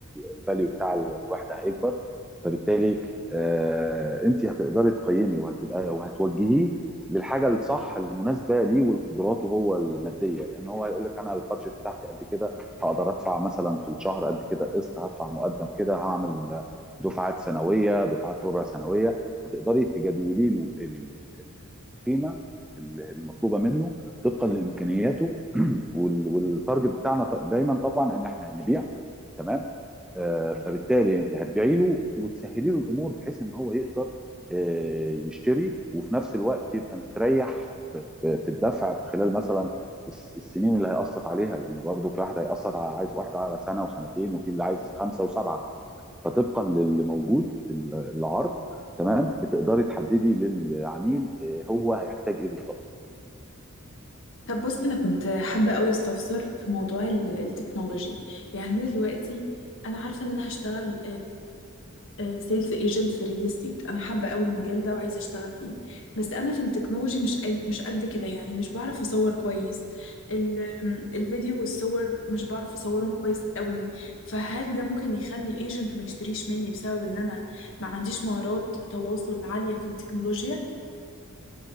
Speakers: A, in the centre; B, on the left.
A: الفاليو بتاع ال- الوحده هيكبر فبالتالي آه انت هتقدري تقيمي وهتبقى وهتوجهيه للحاجه الصح المناسبه ليه ولقدراته هو الماديه لان هو هيقول لك انا البادجت بتاعتي قد كده هقدر ادفع مثلا في الشهر قد كده قسط هدفع مقدم كده هعمل دفعات سنويه دفعات ربع سنويه هتقدري تجدولي له ال- ال- القيمه ال- المطلوبه منه طبقا لامكانياته <clears throat> وال- والتارجت بتاعنا ط- دايما طبعا ان احنا هنبيع تمام آه، فبالتالي انت هتبيعي له وتسهلي له الامور بحيث ان هو يقدر آه، يشتري وفي نفس الوقت يبقى مستريح في- في في الدفع خلال مثلا الس- السنين اللي هيقسط عليها لان برضه في واحد هيقسط على عايز واحد على سنه وسنتين وفي اللي عايز خمسه وسبعه فطبقا للي موجود العرض تمام بتقدري تحددي للعميل آه، هو هيحتاج ايه بالظبط
B: طب بص انا كنت حابه قوي استفسر في موضوع ال- التكنولوجي يعني انا دلوقتي انا عارفه ان انا هشتغل سيلز ايجنت في ريل استيت انا حابه قوي المجال ده وعايزه اشتغل فيه بس انا في التكنولوجي مش أي مش قد كده يعني مش بعرف اصور كويس ال- آم، الفيديو والصور مش بعرف اصورهم كويس قوي فهل ده ممكن يخلي ايجنت ما يشتريش مني بسبب ان انا ما عنديش مهارات تواصل عاليه في التكنولوجيا